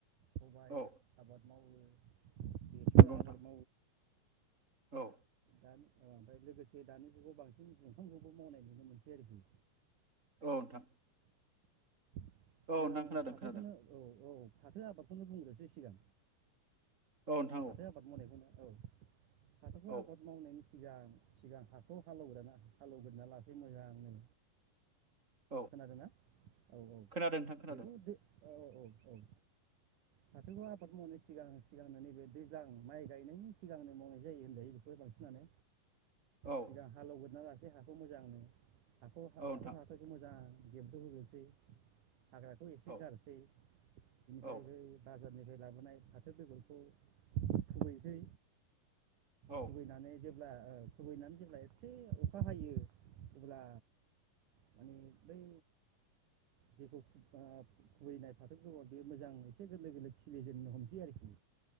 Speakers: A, on the right (about 70°); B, on the right (about 20°).
A: सबाइ
B: औ
A: आबाद मावो बेसर
B: नंगौ नोंथां
A: आबाद
B: औ
A: द ओमफ्राय लोगोसे दानि जुगाव बांसिन बिंफांखौबो मावनाय नुनो मोनसै आरोखि
B: औ नोंथां
A: द
B: औ नोंथां
A: आं
B: खोनादों
A: फाथोखौनो
B: खोनादों
A: औ औ फाथो आबादखौनो बुंग्रोसै सिगां
B: औ नोंथां औ
A: फाथो पाथ ममोन एनो हाथ'खौबो
B: औ
A: आबाद मावनायनि सिगां सिगां हाखौ हालेवग्रा हालेवग्रोना लासै मोजांनो
B: औ
A: खोनादों ना औ औ
B: खोनादों नोंथां खोनादों
A: बेखौ औ औ औ फाथोखौ आबाद मावनायनि सिगां सिगांनो नैबे दैजां माइ गायनायनि सिगांनो मावनाय जायो होनदों बेखौबो बांसिनानो
B: औ
A: सिगां हालौ <unintelligible> देहाखौ मोजां ह'
B: औ नोंथां
A: हाख' हाथखौ मोजां <unintelligible> हाग्राखौ एसे
B: औ
A: गारसै नायबै
B: औ
A: ना बाजारनिफ्राय लाबोनाय फाथो बेगरखौ खुबैनोसै।
B: औ
A: खुबैनानै जेब्ला ओ खुबैनानै जेब्ला एसे अख अखा हायो अब्ला माने बै जेखौ ओब खुबैनाय फाथो गोब बे मोजां एसे गोरलै गोरलै खिलिजेननो हमसै आरोखि